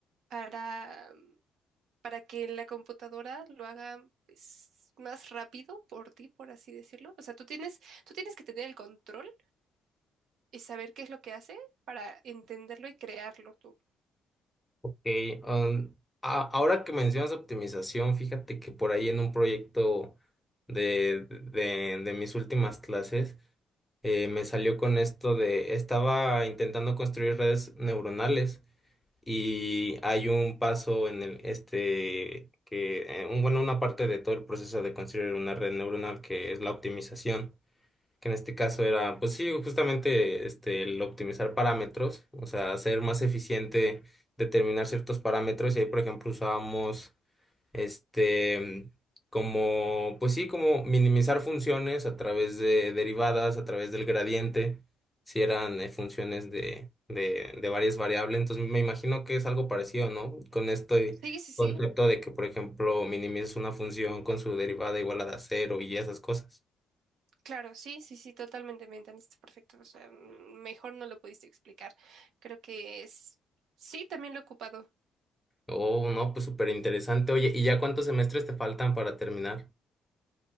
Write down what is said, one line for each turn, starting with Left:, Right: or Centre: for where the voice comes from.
Right: para, para que la computadora lo haga pues, más rápido por ti, por así decirlo. O sea, tú tienes, tú tienes que tener el control y saber qué es lo que hace para entenderlo y crearlo tú.
Centre: Ok, um, a- ahora que mencionas optimización, fíjate que por ahí en un proyecto de, de, de mis últimas clases eh, me salió con esto de, estaba intentando construir redes neuronales y hay un paso en el, este, que, eh, un- bueno, una parte de todo el proceso de construir una red neuronal que es la optimización que en este caso era, pues sí, justamente este, el optimizar parámetros, o sea, hacer más eficiente determinar ciertos parámetros y ahí, por ejemplo, usábamos este como, pues sí, como minimizar funciones a través de derivadas, a través del gradiente, si eran eh, funciones de, de, de varias variables, entonces me imagino que es algo parecido, ¿no? Con este
Right: Sí, sí, sí.
Centre: concepto de que, por ejemplo, minimizas una función con su derivada igual a cero y esas cosas.
Right: Claro, sí, sí, sí, totalmente me entendiste perfecto. O sea, mm, mejor no lo pudiste explicar. Creo que es... Sí, también lo he ocupado.
Centre: Oh, no, pues súper interesante. Oye, ¿y ya cuántos semestres te faltan para terminar?